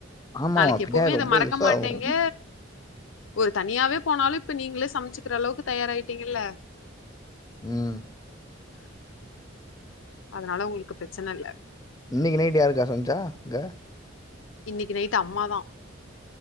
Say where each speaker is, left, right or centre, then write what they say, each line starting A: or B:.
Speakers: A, on the left; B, on the left.
A: ஆமாமா
B: நாளைக்கு
A: பின்னாடி
B: எப்பவுமே இத
A: ரொம்ப
B: மறக்க
A: யூஸ்
B: மாட்டிங்க
A: ஆகும்
B: ஒரு தனியாவே போனாலு இப்ப நீங்ளே சமச்சுக்குற அளவுக்கு தயாராயிட்டீங்கல்ல
A: ம்
B: அதனால உங்ளுக்கு ப்ரச்சன இல்ல
A: இன்னக்கி நைட்டு யாரு இருக்கா கவிதா அங்க
B: இன்னக்கு நைட்டு அம்மாதா